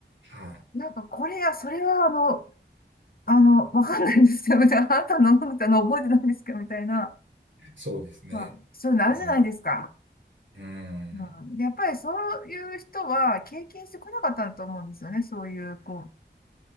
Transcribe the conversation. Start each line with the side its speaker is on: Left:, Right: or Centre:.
Right: はい。
Left: なんかこれや、それはあの、あの、わかんないんですよ。みたいな。あなたの飲んだの覚えてないんですかみたいな。
Right: そうですね。
Left: まあ、そういうのあるじゃないですか。
Right: うん、うん。
Left: うん、で、やっぱりそういう人は経験してこなかったんと思うんですよね。そういう、こう、